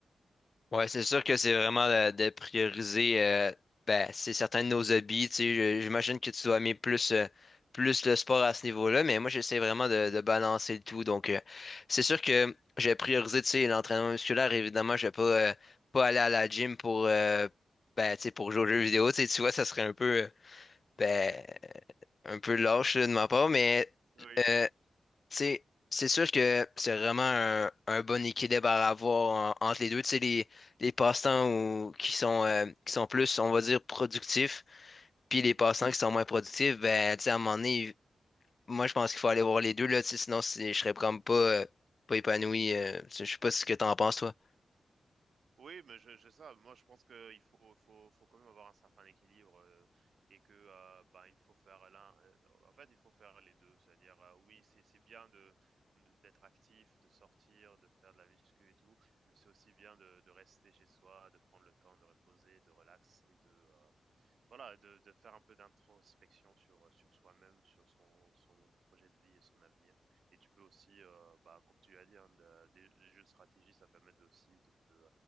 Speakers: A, on the left; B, on the right.
A: Ouais, c'est sûr que c'est vraiment euh, de, prioriser euh, ben, c'est certains de nos hobbies. Tu sais, je- j'imagine que tu dois aimer plus, euh, plus le sport à ce niveau-là, mais moi j'essaie vraiment de, de balancer le tout. Donc euh, c'est sûr que
B: Mm.
A: j'ai priorisé tu sais, l'entraînement musculaire, évidemment, je vais pas, euh, pas aller à la gym pour euh, ben, tu sais, pour jouer aux jeux vidéo. Tu sais, tu vois, ça serait un peu euh,
B: <laughs>
A: ben, un peu lâche là, de ma part, mais.
B: Oui.
A: euh, Tu sais, c'est sûr que c'est vraiment un, un bon équilibre à avoir en- entre les deux. Tu sais, les, les passe-temps ou- qui sont, euh, qui sont plus, on va dire, productifs, puis les passe-temps
B: Mm.
A: qui sont moins productifs, ben, tu sais, à un moment donné, moi, je pense qu'il faut aller voir les deux, là, tu sais, sinon, c'est- je serais comme pas, euh, pas épanoui. euh, tu sais, je sais pas ce que t'en penses, toi.
B: Oui, mais je, je ça. Moi, je pense qu'il faut, faut, faut quand même avoir un certain équilibre euh, et que euh, ben, il faut faire l'un. euh, en fait, il faut faire les deux. C'est-à-dire, euh, oui, c'est c'est bien de de- d'être actif, de sortir, de faire de la muscu et tout, mais c'est aussi bien de, de rester chez soi, de prendre le temps de reposer, de relax et de voilà, de de faire un peu d'introspection sur, heu, sur soi-même, sur son son projet de vie et son avenir et tu peux aussi, heu, bah, comme tu l'as dit, hein, de des les jeux de stratégie, ça permet de aussi de de, heu,